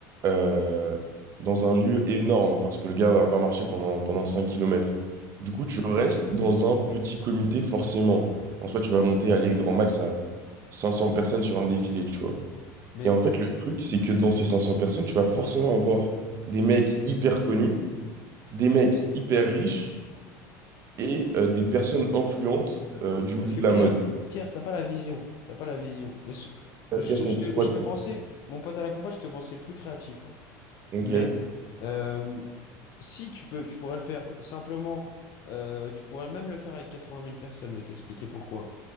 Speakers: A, on the right (about 35°); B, on the left (about 45°).
A: euh, dans un lieu énorme parce que le gars va pas marcher pendant, pendant cinq kilomètres Du coup, tu restes dans un petit comité forcément. En soi, tu vas monter, aller grand max à 500 personnes sur un défilé, tu vois.
B: Mais
A: Et en fait, le truc, c'est que dans ces 500 personnes, tu vas forcément avoir des mecs hyper connus, des mecs hyper riches et euh, des personnes influentes
B: Ouais.
A: euh, du milieu
B: Parce que
A: de
B: Pierre,
A: la mode.
B: Pierre, t'as pas la vision. T'as pas la vision. Mais sou-
A: Euh,
B: je,
A: yes, mon
B: je
A: petit
B: te
A: pote.
B: je te pensais, mon pote à la compa, je te pensais plus créatif. hein.
A: Ok.
B: Mais euh, si tu peux, tu pourrais le faire simplement. euh, tu pourrais même le faire avec 80 000 personnes. Je vais t'expliquer pourquoi.